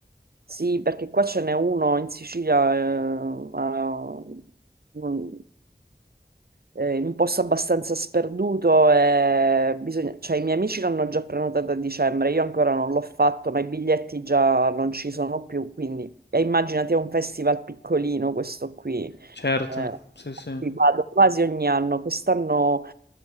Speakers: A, on the right (about 60°); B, on the left (about 75°).
A: sì, perché qua ce n'è uno in Sicilia, eh, a- un- eh, in un posto abbastanza sperduto e bisogna- cioè, i miei amici l'hanno già prenotata a dicembre, io ancora non l'ho fatto, ma i biglietti già non ci sono più, quindi e immaginati è un festival piccolino questo qui.
B: certo,
A: Eh,
B: sì, sì,
A: ci vado quasi ogni anno. Quest'anno